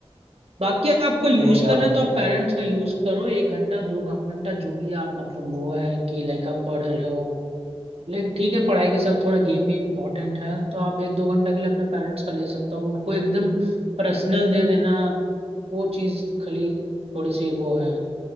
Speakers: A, on the right; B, on the right.
A: बाकी आपको यूज
B: सही है आपका
A: करना है तो आप पेरेंट्स का यूज करो एक घंटा दो घंटा जो भी आप मतलब वो है कि लाइक आप पढ़ रहे हो लाइक ठीक है पढ़ाई के साथ थोड़ा गेम भी इम्पोर्टेंट है तो आप एक दो घंटा के लिए अपने पेरेंट्स का ले सकते हो अब उनको एकदम पर्सनल दे देना वो चीज खाली थोड़ी सी वो है